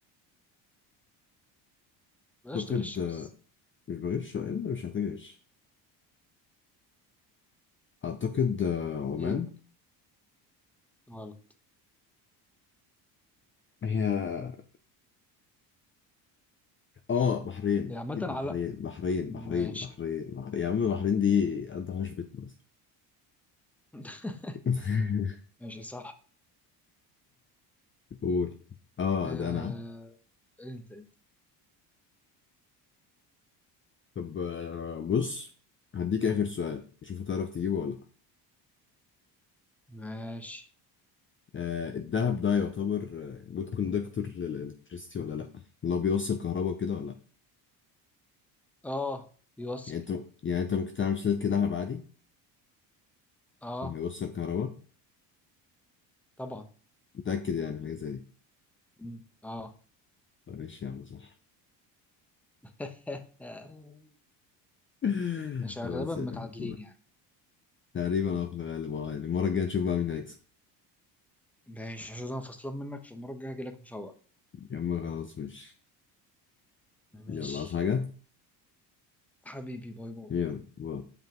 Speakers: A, in the centre; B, on the left.
A: بلاش
B: أعتقد
A: تغش
B: آه،
A: بس
B: مش بغش آه، مش هتغش أعتقد آه، عمان
A: هي غلط
B: هي اه بحرين
A: هي عامة
B: اكيد
A: على
B: بحرين بحرين
A: ماشي
B: بحرين بحرين بحرين يا عم بحرين دي قد حشبة مصر
A: <laughs>
B: <laughs>
A: ماشي صح
B: قول اه
A: آه...
B: ده انا
A: انت انت
B: طب آه، بص هديك اخر سؤال شوف هتعرف تجيبه ولا لا
A: ماشي
B: آه الدهب ده يعتبر جود كوندكتور للالكتريسيتي ولا لا لو بيوصل كهرباء كده ولا لا
A: اه بيوصل
B: يعني انت يعني انت ممكن تعمل سلك دهب عادي
A: اه
B: وهيوصل كهرباء
A: طبعا
B: متأكد يعني حاجة زي دي
A: مم. اه
B: طب ماشي يا عم صح
A: <laughs>
B: <laughs>
A: ماشي غالبا
B: خلاص
A: متعادلين
B: يا عم
A: يعني
B: تقريبا اه في الغالب اه يعني المرة الجاية نشوف بقى مين هيكسب
A: ماشي عشان انا فصلان منك في المرة الجاية هجيلك مفوق
B: يا عم خلاص ماشي
A: ماشي
B: يلا عايز حاجة
A: حبيبي باي باي
B: يلا باي.